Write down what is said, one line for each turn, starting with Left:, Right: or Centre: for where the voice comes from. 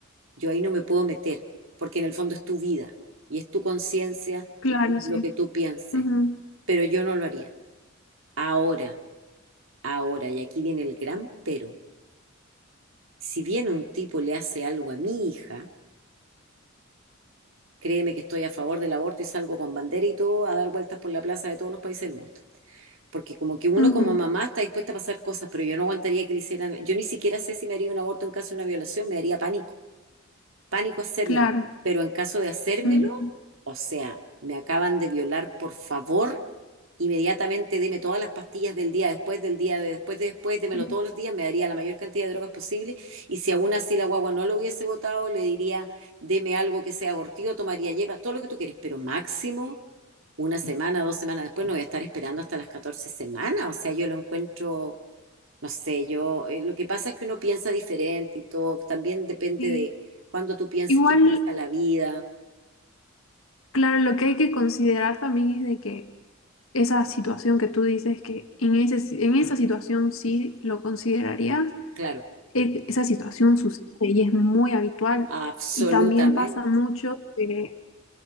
Right: Yo ahí no me puedo meter, porque en el fondo es tu vida y es tu conciencia
Left: Claro,
Right: y es
Left: sí.
Right: lo que tú pienses.
Left: Ujú,
Right: Pero yo no lo haría. Ahora, ahora, y aquí viene el gran pero. Si viene un tipo y le hace algo a mi hija, créeme que estoy a favor del aborto y salgo con bandera y todo a dar vueltas por la plaza de todos los países del mundo. Porque como que uno
Left: ujú,
Right: como mamá está dispuesta a pasar cosas, pero yo no aguantaría que le hicieran, yo ni siquiera sé si me haría un aborto en caso de una violación, me daría pánico. pánico hacérmelo,
Left: Claro.
Right: pero en caso de hacérmelo,
Left: Ujú,
Right: o sea, me acaban de violar, por favor, inmediatamente deme todas las pastillas del día después, del día de después, de después, démelo
Left: ujú.
Right: todos los días, me daría la mayor cantidad de drogas posible y si aún así la guagua no lo hubiese votado, le diría, deme algo que sea abortivo, tomaría hierba, todo lo que tú quieres, pero máximo una semana, dos semanas después, no voy a estar esperando hasta las 14 semanas, o sea, yo lo encuentro no sé, yo, eh, lo que pasa es que uno piensa diferente y todo, también depende
Left: Sí.
Right: de cuándo tú pienses
Left: Igual,
Right: que empieza la vida,
Left: claro, lo que hay que considerar también es de que esa situación que tú dices que en ese, en esa situación sí lo considerarías,
Right: claro,
Left: e- esa situación sucede y es muy habitual.
Right: absolutamente.
Left: Y también pasa mucho eh,